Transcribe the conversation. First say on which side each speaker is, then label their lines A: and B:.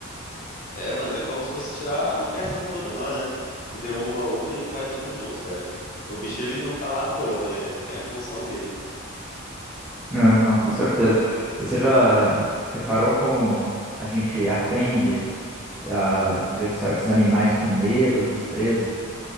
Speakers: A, on the left; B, in the centre.
A: É, mano, é como se fosse tirar a peça de um dominó, né? Você derruba uma e vai tudo junto, cara. O bicho, ele não tá lá à toa, né? Ele tem a função dele.
B: É, <laughs> não, com certeza. E você já reparou como a gente aprende a ver certos animais com medo ou desprezo?